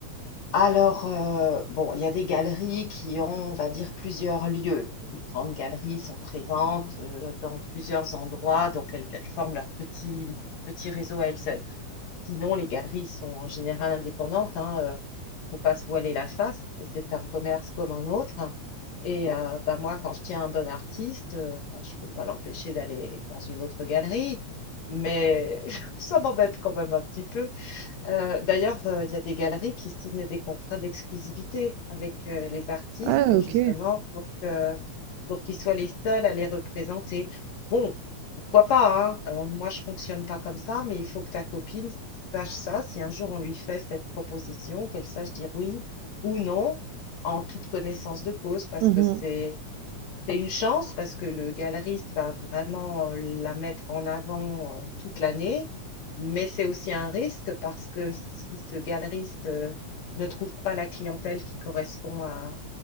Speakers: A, on the left; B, on the right.
A: Alors, euh, bon, il y a des galeries qui ont, on va dire, plusieurs lieux. Les grandes galeries sont présentes euh, dans plusieurs endroits, donc elles, elles forment leur petit, petit réseau à elles seules. Sinon, les galeries sont en général indépendantes, hein, euh, faut pas se voiler la face, c'est un commerce comme un autre. Et euh, bah, moi, quand je tiens un bon artiste, euh, bah, je peux pas l'empêcher d'aller dans une autre galerie, mais <laughs> ça m'embête quand même un petit peu. Euh, d'ailleurs, euh, il y a des galeries qui signent des contrats d'exclusivité avec euh, les artistes,
B: Ah
A: justement,
B: OK.
A: pour que, pour qu'ils soient les seuls à les représenter. Bon, pourquoi pas, hein, euh, moi, je fonctionne pas comme ça, mais il faut que ta copine sache ça. Si un jour on lui fait cette proposition, qu'elle sache dire oui ou non, en toute connaissance de cause, parce
B: Mmh
A: que c'est, c'est une chance, parce que le galeriste va vraiment la mettre en avant euh, toute l'année. Mais c'est aussi un risque parce que si ce galeriste euh, ne trouve pas la clientèle qui correspond à,